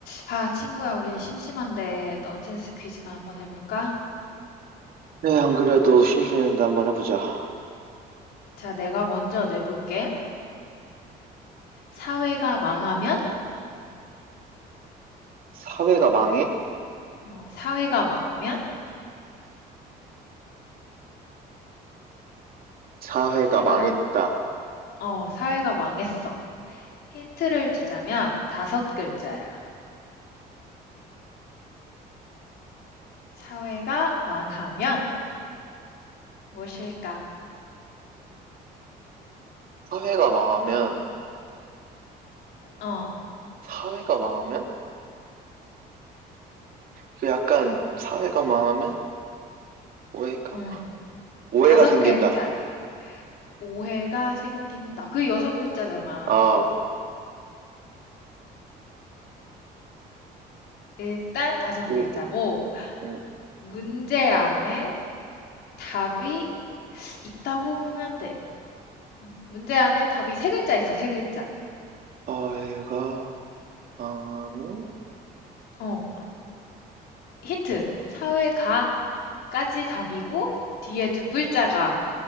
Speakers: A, on the left; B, on the right.
A: 아, 친구야, 우리 심심한데 넌센스 퀴즈나 한번 해볼까?
B: 네, 안 그래도 심심했는데 한번 해보자.
A: 자, 내가 먼저 내볼게. 사회가 망하면?
B: 사회가 망해?
A: 어, 사회가 망하면?
B: 사회가
A: 사회가,
B: 망했다.
A: 어, 사회가 망했어. 힌트를 주자면 다섯 글자야. 사회가 망하면 무엇일까?
B: 사회가 망하면,
A: 어,
B: 사회가 망하면? 이거 약간, 사회가 망하면? 오해가,
A: 음,
B: 오해가
A: 다섯
B: 생긴다.
A: 글자. 오해가 생긴다. 그 여섯 글자잖아.
B: 아,
A: 일단 다섯
B: 오,
A: 글자고,
B: 음,
A: 문제 안에 답이 있다고 보면 돼. 음, 문제 안에 답이 세 글자 있어, 세 글자.
B: 사회가 망하면?
A: 어, 힌트. 사회가까지 답이고, 뒤에 두 글자가